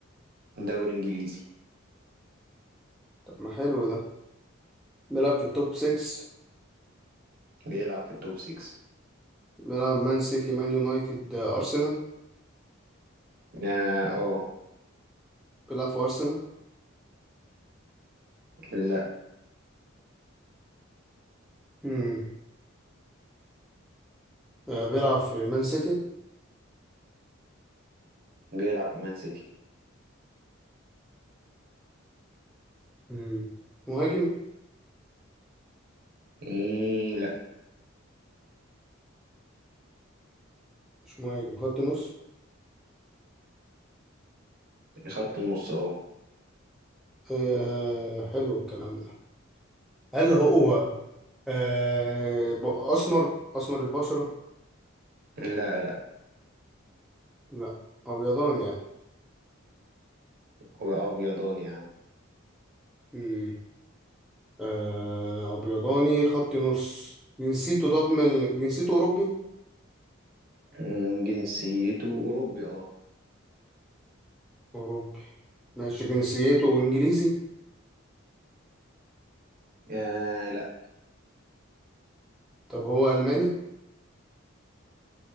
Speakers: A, on the right; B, in the centre.
A: دوري انجليزي
B: طب ما حلو ده بيلعب في التوب 6
A: بيلعب في التوب 6
B: بيلعب مان سيتي مان يونايتد آه، أرسنال
A: اه آه،
B: بيلعب في أرسنال
A: لا
B: مم. آه، بيلعب في مان سيتي
A: بيلعب في مان سيتي
B: مم. مهاجم
A: مم، لا
B: مش مهاجم خط نص
A: خط النص اه
B: آه حلو الكلام ده هل هو آه ب- أسمر أسمر البشرة
A: لا لا
B: لا أبيضاني يعني
A: هو ابيضاني يا عم
B: مم. آه، أبيضاني خط نص جنسيته طب من ال- جنسيته أوروبي
A: مم، جنسيته اوروبي اه
B: أوروبي ماشي جنسيته إنجليزي
A: آه، لا
B: طب هو ألماني